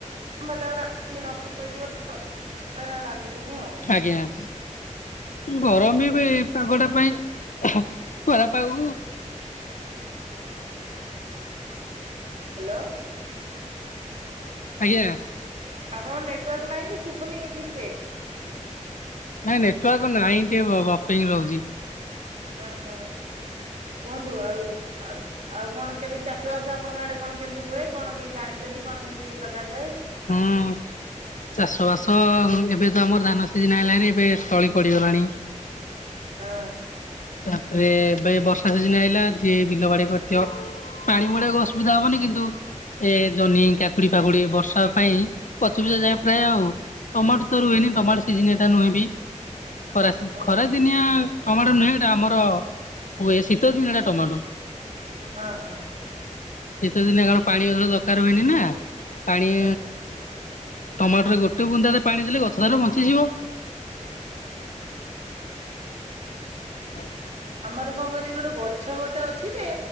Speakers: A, on the right; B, on the left.
A: ଗରମ ଭାତ ଗୁରା ନଷ୍ଟ ହେଇଯିବ ରାନ୍ଧିଲୁନି ଆଉ
B: ଆଜ୍ଞା। ଗରମ ବି ପାଗଟା ପାଇଁ ଖରାପାଗକୁ
A: ହ୍ୟାଲୋ।
B: ଆଜ୍ଞା।
A: ଆପଣଙ୍କ ନେଟୱାର୍କ ନାହିଁ କି ଶୁଭୁନି ଠିକରେ
B: ନାଇଁ ନେଟୱାର୍କ ନାହିଁ ଟିକେ ବ-ବପିଙ୍ଗ ରହୁଛି।
A: ହଁ ହଁ କୁହନ୍ତୁ ଆଉ ଆ ଆଉ କଣ କେମିତି ଚାଷବାସ ଆପଣଙ୍କ ଆଡେ କଣ କେମିତି ହୁଏ କଣ କେମିତି ଜାଣିଛନ୍ତି କଣ କେମିତି ଲଗାଯାଏ?
B: ହୁଁ ଉଁ। ଚାଷବାସ ଏବେ ତ ଆମର ଧାନ ସିଜିନ ଆଇଲାଣି ଏବେ ତଳି ପଡ଼ିଗଲାଣି।
A: ହଁ।
B: ତାପରେ ଏ ବର୍ଷା ସଜିିନ ହେଇଲା ଯିଏ ବିଲ ବାଡି କରି <unintelligible> ପାଣି ମଡାକୁ ଅସୁବିଧା ହବନି କିନ୍ତୁ ଏ ଜହ୍ନି କାକୁଡି ଫାକୁଡି ବର୍ଷା ପାଇଁ ପଚିପୁଚା ଯାଏ ପ୍ରାୟ ଆଉ। ଟମାଟୋ ତ ରୁହେନି ଟମାଟୋ ସିଜିନିଆ ଟା ନୁହେଁ ବି ଖରା
A: ହଁ
B: ଖରା
A: ହଁ
B: ଦିନିଆ ଟମାଟୋ ନୁହେଁ ଆମର ହୁଏ ଶୀତ ଦିନ ଟମାଟୋ।
A: ହଁ ହଁ।
B: ଶୀତ ଦିନେ କଣ ପାଣି ଅଧିକ ଦରକାର ହୁଏନି ନା ପାଣି
A: ନାଇଁ
B: ଟମାଟୋରେ ଗୋଟେ ବୁନ୍ଦାରେ ପାଣି ଦେଲେ ଗଛ ତାର ବଞ୍ଚିଯିବ। <inaudible>
A: ଆମର କଣ କହିଲି ଗୋଟେ ଗଛ ଗୋଟେ ଅଛି ଯେ